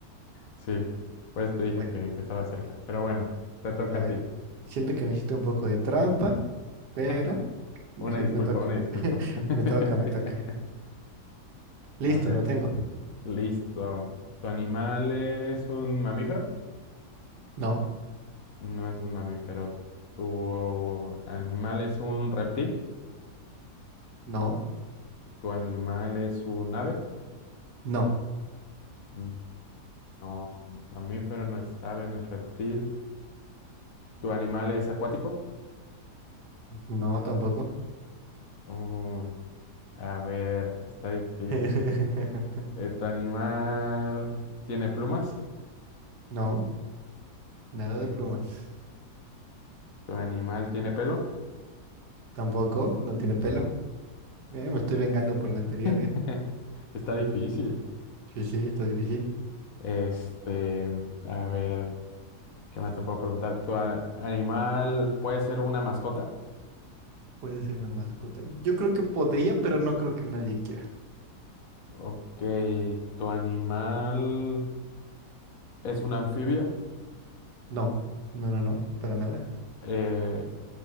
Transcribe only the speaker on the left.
Sí, por eso te dije
que, que estaba cerca. Pero bueno, te toca
a
ti.
<laughs>
Una disculpa,
una disculpa.
<laughs>
A ver,
listo. ¿Tu animal es un mamífero?
No es un mamífero. ¿Tu animal es un reptil?
¿Tu animal es un ave?
Mm, No, no es mamífero, no es ave, no es reptil. ¿Tu animal es acuático?
Uy, a ver, está difícil.
Eh, ¿Tu animal tiene plumas?
Sí.
¿Tu animal tiene pelo?
<laughs>
Está difícil.
Este, a ver, ¿qué más te puedo preguntar? ¿Tu a- animal puede ser una mascota?
Ok, ¿tu animal es un anfibio?
Eh,